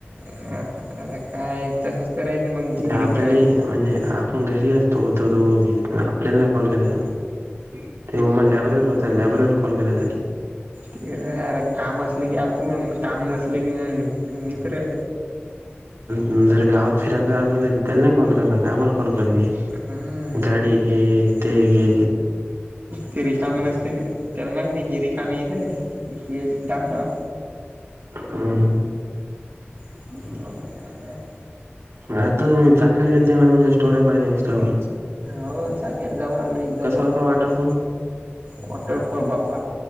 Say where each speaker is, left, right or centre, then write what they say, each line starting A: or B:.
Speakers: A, on the right; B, on the right.
A: हा आता काय पण मग तसंच करायचं जिगरी
B: आपल्याला
A: पण
B: म्हणजे पण घरी असतो तो दोघं बी आपल्याला नाही कॉल केला त्यानं ते मला लॅब्ररीवर होता लॅब्ररीवर कॉल केला त्यानी
A: ठीक हाय अर काम असलं की आपण काम नसल की मग मित्र.
B: न जर गावात फिरायलाच जायचं असलं त्याला नाही कॉल करणार आम्हाला कॉल करते.
A: हम्
B: गाडी घे ते घे.
A: ते रिकाम नसते रे त्याला नाही रिकामं हेय ना त्याला दावतॊ
B: हम्
A: ह
B: आता चाकाण गेल ते म तुम्या स्टोर्या पाहिले इन्स्टावर
A: हो चाकण जाऊन आलो एकदा जाल
B: होता वाटरपूल
A: वॉटरफॉल बापा